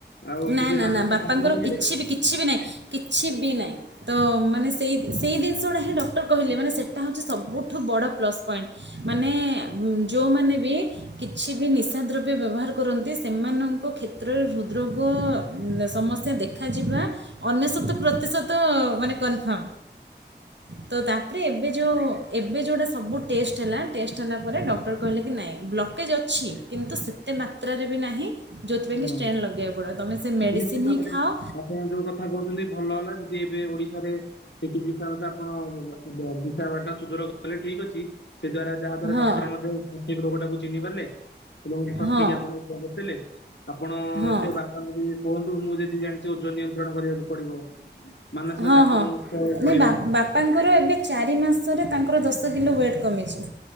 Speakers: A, on the left; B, on the right.
A: ଆଉ
B: ନା
A: କିଛି
B: ନା
A: ମାନସିକ
B: ନା ବାପାଙ୍କର
A: ଚାପ ନଉଥିଲେ
B: କିଛି
A: କି।
B: ବି କିଛି ବି ନାହିଁ। କିଛି ବି ନାହିଁ। ତ ମାନେ ସେଇ ସେଇ ଜିନିଷ ଟା ହିଁ ଡକ୍ଟର କହିଲେ ମାନେ ସେଇଟା ହେଉଛି ସବୁଠୁ ବଡ଼ ପ୍ଲସ୍ ପଏଣ୍ଟ। ମାନେ ଯୋଉମାନେ ବି କିଛି ବି ନିଶା ଦ୍ରବ୍ୟ ବ୍ୟବହାର କରନ୍ତି। ସେମାନଙ୍କ କ୍ଷେତ୍ରରେ ହୃଦ୍ ରୋଗ ଗ ସମସ୍ୟା ଦେଖାଯିବା ଅନେଶତ ପ୍ରତିଶତ ମାନେ କ ହଁ, ତ ତାପରେ। ଏବେ ଯୋଉ ଏବେ ଯୋଉଟା ସବୁ ଟେଷ୍ଟ ହେଲା ଟେଷ୍ଟ ହେଲା ପରେ ଡକ୍ଟର କହିଲେ କି ନାଇଁ ବ୍ଲକେଜ୍ ଅଛି। କିନ୍ତୁ ସେତେ ମାତ୍ରାରେ ବି ନାହିଁ ଯୋଉଥିପାଇଁ
A: ଆଜ୍ଞା
B: କି ଷ୍ଟେନ୍ ଲଗେଇବା ବଡ଼ପା ତମେ ସେ ମେଡ଼ିସିନ
A: ନିଶ୍ଚିତ ଭାବରେ
B: ହିଁ ଖାଅ।
A: ଆପଣ ଯୋଉ କଥା କହୁଛନ୍ତି ଭଲ ହେଲା ଦିଦି ଏବେ ଓଡିଶାରେ ସେଠ ବିଶାଖାପାଟଣା ଆପଣ ବିଶାଖପାଟଣା ଟା ସୁଦୁର ଗଲେ ଠିକ ଅଛି। ସେ ଦ୍ଵାରା ଯାହା ଦ୍ଵାରା
B: ହଁ
A: ଡକ୍ଟର ମଧ୍ୟ ସଠିକ ରୋଗ ଟାକୁ ଚିହ୍ନି ପାରିଲେ ଏବଂ ସଠିକ
B: ହଁ
A: ଆପଣଙ୍କୁ ଔଷଧ ଦେଲେ। ଆପଣ
B: ହଁ
A: ସେ ବାପାଙ୍କୁ କୁହନ୍ତୁ ମୁଁ ଯେତିକି ଜାଣିଛି ଓଜନ ନିୟନ୍ତ୍ରଣ କରିବାକୁ ପଡିବ। ମାନସିକ
B: ହଁ
A: ଚାପରୁ
B: ହଁ
A: ମୁକ୍ତି ହେବାକୁ
B: ନାଇଁ
A: ପଡିବ।
B: ବାପାଙ୍କର ଏବେ ଚାରି ମାସରେ ତାଙ୍କର ଦଶ କିଲୋ ୱେଟ୍ କମିଛି।